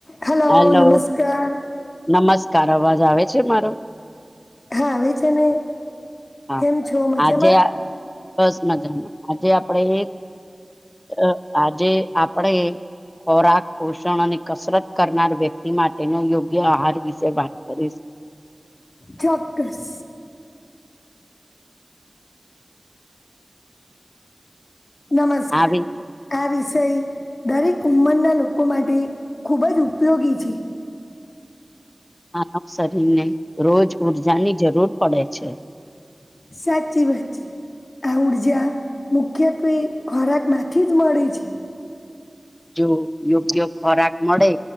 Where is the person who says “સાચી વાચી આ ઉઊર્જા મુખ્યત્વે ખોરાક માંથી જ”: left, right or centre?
Left